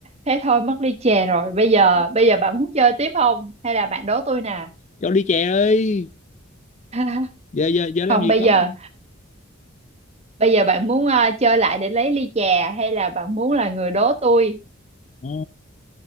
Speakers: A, on the right (about 30°); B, on the left (about 35°).
A: thế thôi mất ly chè rồi bây giờ
B: ờ,
A: bây giờ bạn muốn chơi tiếp không hay là bạn đố tôi nè
B: cho đi chè ơi
A: <laughs>
B: giờ giờ giờ làm
A: không
B: gì
A: bây
B: có
A: giờ bây giờ bạn muốn ờ, chơi lại để lấy ly chè hay là bạn muốn là người đố tôi
B: Ờ,